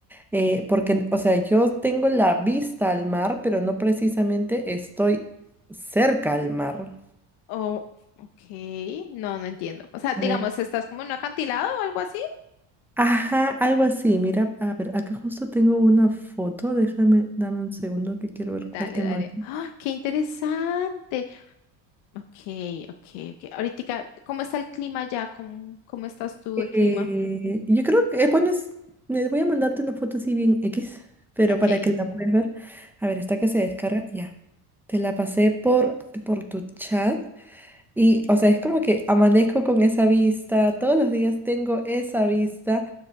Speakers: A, in the centre; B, on the left (about 75°).
A: eh, porque, o sea, yo tengo la vista al mar, pero no precisamente estoy cerca al mar.
B: Oh, ok, no, no entiendo. O sea, digamos,
A: A ver.
B: ¿estás como en un acantilado o algo así?
A: Ajá, algo así. Mira, a ver, acá justo tengo una foto. Déjame, dame un segundo que quiero ver
B: Dale,
A: cuál te
B: dale.
A: mando.
B: ¡Ah, qué interesante! Ok, ok, ok. Ahorita, ¿cómo está el clima ya? ¿Cómo, cómo estás tú
A: Eh,
B: de clima?
A: yo creo que, eh, bueno, es- me voy a mandarte una foto así bien X, pero
B: Ok.
A: para que la puedas ver. A ver, esta que se descarga, ya. Te la pasé por, por tu chat y, o sea, es como que amanezco con esa vista, todos los días tengo esa vista.